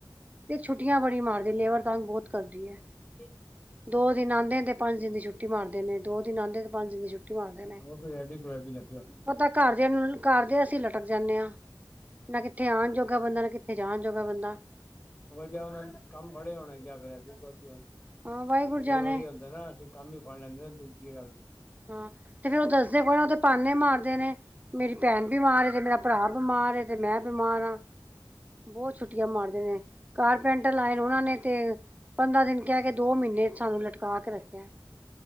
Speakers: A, on the right; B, on the left.
A: ਤੇ ਛੁੱਟੀਆਂ ਬੜੀ ਮਾਰਦੇ ਲੇਬਰ ਤੰਗ ਬੋਤ ਕਰਦੀ ਏ।
B: <inaudible>
A: ਦੋ ਦਿਨ ਆਂਦੇ ਨੇ ਤੇ ਪੰਜ ਦਿਨ ਦੀ ਛੁਟੀ ਮਾਰਦੇ ਨੇ, ਦੋ ਦਿਨ ਆਂਦੇ ਤੇ ਪੰਜ ਦਿਨ ਦੀ ਛੁੱਟੀ। ਟੀ ਮਾਰਦੇ ਨੇ।
B: ਉਹ ਕੋਈ ਐਬੀ ਕੁਐਬੀ ਲੱਗੇ ਹੋਣੇ।
A: ਪਤਾ ਘਰਦਿਆਂ ਨੂੰ ਘਰਦੇ ਅਸੀਂ ਲਟਕ ਜਾਂਨੇ ਆਂ, ਨਾ ਕਿੱਥੇ ਆਣ ਜੋਗ ਗਾ ਬੰਦਾ ਨਾ, ਕਿੱਥੇ ਜਾਣ ਜੋੋਗਾ ਬੰਦਾ।
B: ਵਜਾ ਓਨਾ ਕੰਮ ਫੜੇ ਹੋਣੇ ਜਾਂ ਫਿਰ‌ ਐਂਵੇ ਕਰਦੇ,
A: ਹਾਂ ਵਾਹਿਗੁਰੂ ਜਾਣੇ
B: ਕਈ ਵਾਰੀ ਹੁੰਦਾ ਨਾ ਕੀ ਕੰਮ ਈ ਫੜ ਲੈਂਦੇ ਨਾ ਦੂਜੀ ਜਗ੍ਹਾ ਵੀ।
A: ਹਾਂ ਤੇ ਫੇਰ ਓ ਦੱਸਦੇ ਕੋਈ ਨਾ ਓ ਤੇ ਪਾਨੇ ਮਾਰਦੇ ਨੇ। ਮੇਰੀ ਭੈਣ ਬਿਮਾਰ ਏ, ਤੇ ਮੇਰਾ ਭਰਾ ਬਿਮਾਰ ਏ ਤੇ ਮੈਂ ਬਿਮਾਰ ਆਂ। ਬੋਤ ਛੁੱਟੀਆਂ ਮਾਰਦੇ ਨੇ, ਕਾਰਪੈਂਟਰ ਲਾਏ ਨੇ ਓਨਾਂ ਨੇ ਤੇ। ਪੰਦਰਾਂ ਦਿਨ ਕਹਿ ਕੇ ਦੋ ਮੀਨੇ ਸਾਨੂੰ ਲਟਕਾ ਕੇ ਰੱਖਿਆ।